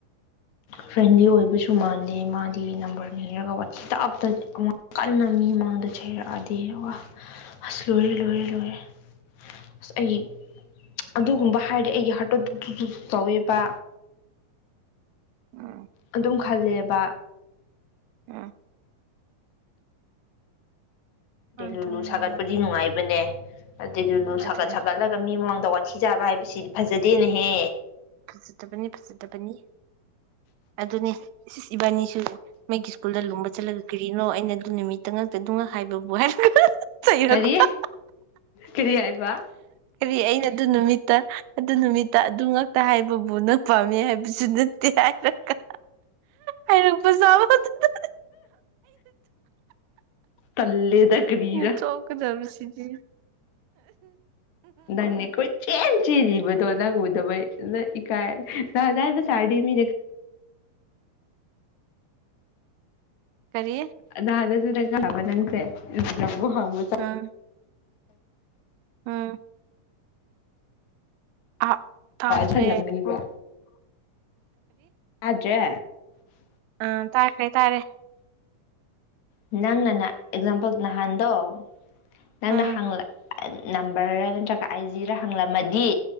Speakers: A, on the left; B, on the right.
A: ꯐ꯭ꯔꯦꯟꯂꯤ ꯑꯣꯏꯕꯁꯨ ꯃꯥꯟꯗꯦ ꯃꯥꯗꯤ ꯅꯝꯕꯔꯅꯤꯔꯒ ꯋꯥꯆꯦꯞꯇ ꯑꯃꯨꯛ ꯀꯟꯅ ꯃꯤ ꯃꯥꯡꯗ ꯆꯩꯔꯛꯑꯗꯤ ꯋꯥ ꯑꯁ ꯂꯣꯏꯔꯦ ꯂꯣꯏꯔꯦ ꯂꯣꯏꯔꯦ ꯑꯁ ꯑꯩ ꯑꯗꯨꯒꯨꯝꯕ ꯍꯥꯏꯗꯤ ꯑꯩꯒꯤ ꯍꯥꯔꯠꯇꯣ ꯗꯨꯛ ꯗꯨꯛ ꯗꯨꯛ ꯗꯨꯛ ꯇꯧꯋꯦꯕ
B: ꯎꯝ
A: ꯑꯗꯨꯝ ꯈꯜꯂꯦꯕ
B: ꯎꯝ
A: ꯗꯦꯂꯨꯂꯨ
B: ꯑꯗꯨꯅꯦ
A: ꯁꯥꯒꯠꯄꯗꯤ ꯅꯨꯡꯉꯥꯏꯕꯅꯦ ꯗꯦꯂꯨꯂꯨ ꯁꯥꯒꯠ
B: ꯑꯗꯨꯅꯦ
A: ꯁꯥꯒꯠꯂꯒ ꯃꯤ ꯃꯃꯥꯡꯗ ꯋꯥ ꯊꯤ ꯆꯥꯕ ꯍꯥꯏꯕꯁꯤꯗꯤ ꯐꯖꯗꯦ ꯅꯍꯦ
B: ꯐꯖꯗꯕꯅꯤ ꯐꯖꯗꯕꯅꯤ ꯑꯗꯨꯅꯦ ꯏꯁ ꯏꯁ ꯏꯕꯥꯅꯤꯁꯨ ꯃꯦꯛꯒꯤ ꯁ꯭ꯀꯨꯜꯗ ꯂꯨꯝꯕ ꯆꯠꯂꯒ ꯀꯔꯤꯅꯣ ꯑꯩꯅ ꯅꯨꯃꯤꯠ ꯈꯤꯇꯪ ꯉꯛꯇꯗꯨꯉ ꯍꯥꯏꯕꯕꯨ ꯍꯥꯏꯔ ꯆꯩꯔꯀꯄ
A: ꯀꯔꯤ ꯀꯔꯤ ꯍꯥꯏꯕ
B: ꯀꯔꯤ ꯑꯩꯅ ꯑꯗꯨ ꯅꯨꯃꯤꯠꯇ ꯑꯗꯨ ꯅꯨꯃꯤꯠꯇ ꯑꯗꯨ ꯇ ꯍꯥꯏꯕꯕꯨ ꯅꯪ ꯄꯥꯝꯃꯦ ꯍꯥꯏꯕꯁꯨ ꯅꯠ ꯇꯦ ꯍꯥꯏꯔꯒ ꯍꯥꯏꯩꯔꯛꯄ ꯁꯥꯕꯗꯨꯗ
A: ꯇꯜꯂꯦꯗ ꯀꯔꯤꯔ
B: ꯅꯣꯛꯀꯗꯕꯁꯤꯗꯤ
A: ꯅꯪꯅꯦ ꯀꯣꯏ ꯆꯦꯟ ꯆꯦꯔꯤꯕꯗꯣ ꯅꯪ ꯎꯗꯕꯩ ꯅꯪ ꯏꯀꯥꯏ ꯅꯍꯥꯟ ꯅꯪꯅ ꯁꯥꯔꯗꯤ ꯃꯤꯅ
B: ꯀꯔꯤ
A: ꯗꯥꯗ ꯗꯨ ꯆꯪꯁꯜꯂꯕ ꯅꯪꯁꯦ ꯋꯥ ꯍꯪꯕ
B: ꯎꯝ ꯎꯝ ꯑ ꯇꯥꯗ꯭ꯔꯦ
A: ꯍꯜꯂꯝꯒꯅꯤꯗ ꯑꯥꯗ꯭ꯔꯦ
B: ꯑ ꯇꯥꯏ ꯇꯥꯏ ꯇꯥꯔꯦ
A: ꯅꯪ ꯅꯅ ꯑꯦꯛꯖꯥꯝꯄꯜ ꯅꯍꯥꯟꯗꯣ ꯅꯪꯅ
B: ꯎꯝ
A: ꯍꯥꯡꯂ ꯅꯝꯕꯔ ꯔ ꯅꯠꯇ꯭ꯔꯒ ꯑꯥꯏ ꯖꯤꯔ ꯍꯪꯂꯝꯃꯗꯤ